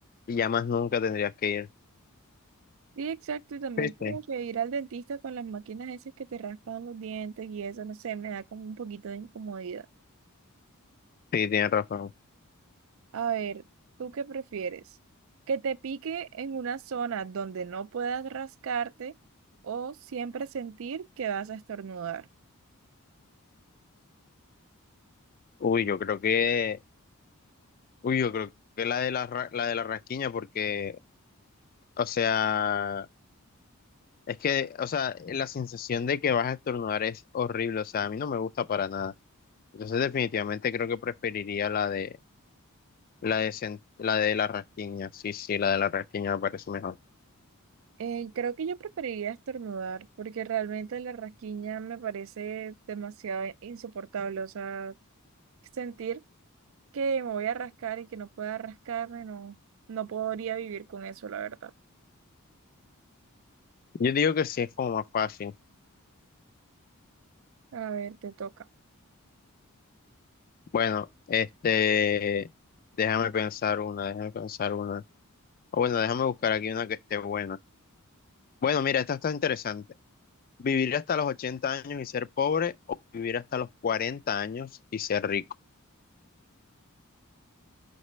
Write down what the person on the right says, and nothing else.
Sí, exacto, y también
como
que ir al dentista con las máquinas esas que te raspan los dientes y eso, no sé, me da como un poquito de incomodidad.
A ver, ¿tú qué prefieres? ¿Que te pique en una zona donde no puedas rascarte o siempre sentir que vas a estornudar?
Eh, creo que yo preferiría estornudar porque realmente la rasquiña me parece demasiado insoportable. O sea, sentir que me voy a rascar y que no pueda rascarme, no, no podría vivir con eso, la verdad.
A ver, te toca.